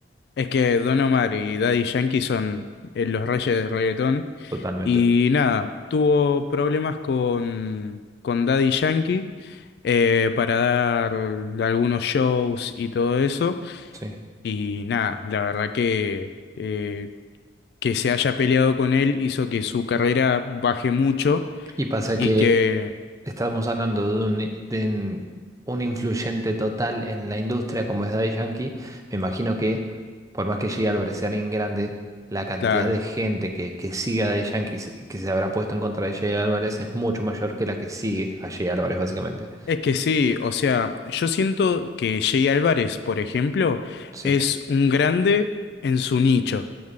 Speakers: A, on the left; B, on the right.
A: Es que Don Omar y Daddy Yankee son eh, los reyes del reggaetón.
B: Totalmente.
A: Y nada, tuvo problemas con, con Daddy Yankee eh, para dar algunos shows y todo eso.
B: Sí.
A: Y nada, la verdad que eh, que se haya peleado con él hizo que su carrera baje mucho
B: Y pasa
A: y
B: que
A: que,
B: Estábamos hablando de un, de un un influyente total en la industria como es Daddy Yankee. Me imagino que, por más que llegue al Brecearín grande, la cantidad
A: claro.
B: de gente que, que sigue a Daddy Yankee y que se habrá puesto en contra de Jay Álvarez es mucho mayor que la que sigue a Jay Álvarez, básicamente.
A: Es que sí, o sea, yo siento que Jay Álvarez, por ejemplo,
B: Sí.
A: es un grande en su nicho,